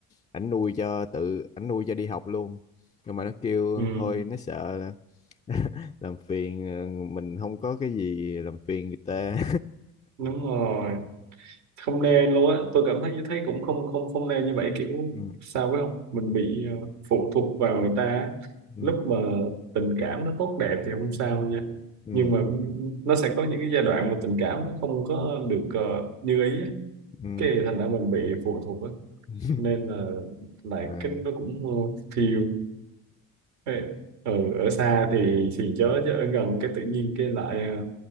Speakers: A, on the left; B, on the right.
A: ảnh nuôi cho tự ảnh nuôi cho đi học luôn nhưng mà nó kêu
B: ừ.
A: thôi nó sợ là <laughs> làm phiền ờ, mình không có cái gì làm phiền người ta
B: đúng rồi không nên luôn á tôi cảm thấy thấy cũng không không không nên như vậy kiểu
A: <laughs> ừ,
B: sao phải không mình bị ờ, phụ thuộc vào người ta á.
A: ừ,
B: lúc mà tình cảm nó tốt đẹp thì không
A: ừ,
B: sao nha
A: ừ.
B: nhưng mà nó sẽ có những cái giai đoạn mà tình cảm nó không có được ờ, như ý á.
A: ừ.
B: cái thì thành ra mình bị phụ thuộc á
A: <laughs>
B: nên là lại
A: Rồi,
B: cái nó cũng ờ, thiêu Ê, ở ở xa thì thì chớ chứ ở gần cái tự nhiên cái lại ờ,